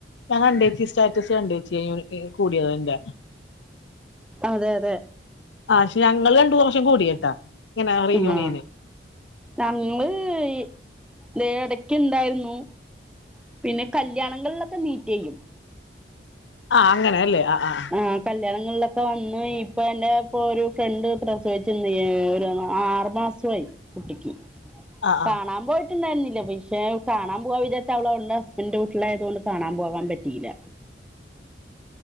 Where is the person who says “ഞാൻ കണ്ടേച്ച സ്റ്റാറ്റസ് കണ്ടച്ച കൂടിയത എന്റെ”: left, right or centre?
Left